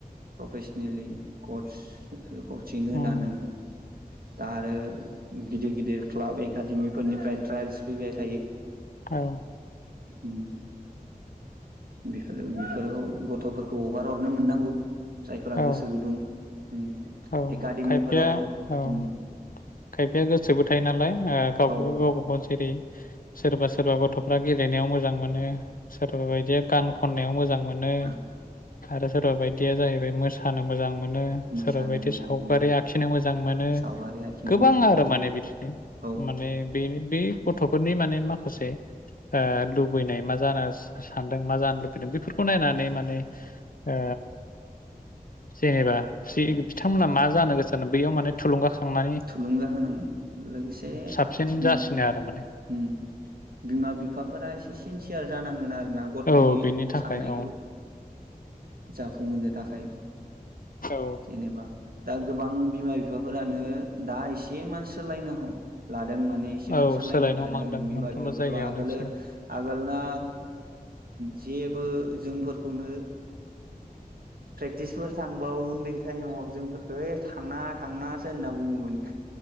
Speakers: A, on the right; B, on the left.
A: प्रफेसनेलि कच कचिं होनानै
B: उम
A: दा आरो गिदिर गिदिर क्लाब एकाडेमिफोरनिफ्राय ट्रायल्स फैबाय थायो।
B: औ
A: उम बेफोर बेफोरखौ गथ'फोरखौ हगार हरनो मोननांगौ। जायफोरा
B: औ
A: गोसो गुदुं उम
B: औ
A: एकाडेमिफोराव
B: खायफाया औ
A: उम।
B: खायफाया गोसोबो थायो नालाय गावबागाव
A: औ
B: गावबागाव जेरै सोरबा सोरबा गथ'फ्रा गेलेनायाव मोजां मोनो। सोरबाबायदिया गान खननायाव मोजां मोनो
A: आं
B: आरो सोरबा बायदिया जाहैबाय मोसानो मोजां मोनो
A: मोसानो
B: सोरबा बायदि
A: मोजां
B: सावगारि
A: मोनो
B: आखिनो मोजां मोनो
A: सावगारि आखिनो
B: गोबां
A: मोजां मोनो
B: आरो माने बिदिनो
A: औ
B: माने बे बे गथ'फोरनि माने माखासे ओ लुबैनाय मा <unintelligible> सानदों मा जानो लुबैदों बेफोरखौ नायनानै माने ओ जेनेबा बिथांमोना मा जानो गोसो बेयाव माने थुलुंगाखांना
A: थुलुंगा होनांगोन लोगोसे
B: साबसिन
A: उम
B: जासिनो आरो माने
A: उम बिमा बिफाफोरा एसे सिनसियार जानांगोन आरो ना गथ'नि
B: औ बेनि थाखाय
A: साननायखौ
B: औ
A: जाफुंहोनो थाखाय
B: औ
A: जेनेबा दा गोबां बिमा बिफाफोरानो दा एसे मान सोलायनो हम ला दों माने एसे माने
B: औ
A: सोलायनो लादों
B: हमहांदों
A: बिमा
B: मोनफ्रोमबो
A: बिफाफोरबो
B: जायगायावनो
A: आगोलो
B: एसे
A: आगोलना जेबो जोंफोरखौनो प्रेक्टिसफोर थांबाबो उन्दै टाइमाव जोंफोरखौ थांना थांनासो होनना बुङोमोन <inaudible>